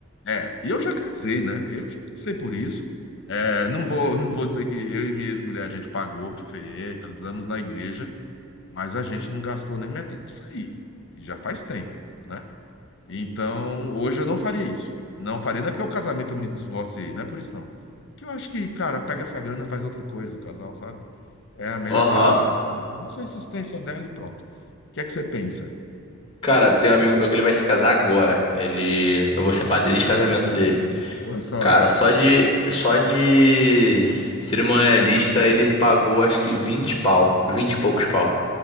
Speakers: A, on the left; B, on the left.
A: É, e eu já casei, né? Eu já passei por isso. É, não vou, não vou dizer que eu e minha ex-mulher a gente pagou buffet, casamos na igreja, mas a gente não gastou nem metade disso aí. E já faz tempo, né? Então, hoje eu não faria isso. Não faria. Não é porque o casamento eu me divorciei, não é por isso não. Que eu acho que, cara, pega essa grana, faz outra coisa, o casal, sabe? É a melhor
B: Aham.
A: coisa que tem pra fazer. Isso é a insistência dela e pronto. O que é que você pensa?
B: Cara, tem um amigo meu que ele vai se casar agora. Ele, eu vou ser padrinho de casamento dele.
A: Boa sorte.
B: Cara, só de só de cerimonialista ele pagou acho que 20 pau, 20 e poucos pau.